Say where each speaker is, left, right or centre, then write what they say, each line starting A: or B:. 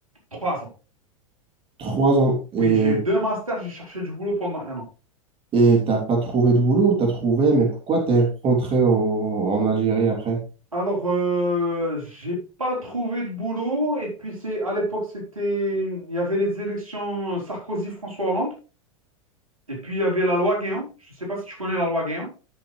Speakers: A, on the right; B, on the right.
A: Trois ans.
B: Trois ans. Et
A: Oui, j'ai eu deux masters, j'ai cherché du boulot pendant un an.
B: et t'as pas trouvé de boulot, ou t'as trouvé, mais pourquoi t'es rentré au- en Algérie après?
A: Alors, euh, j'ai pas trouvé de boulot et puis c'est à l'époque c'était il y avait les élections Sarkozy-François Hollande et puis il y avait la loi Guéant. Je ne sais pas si tu connais la loi Guéant.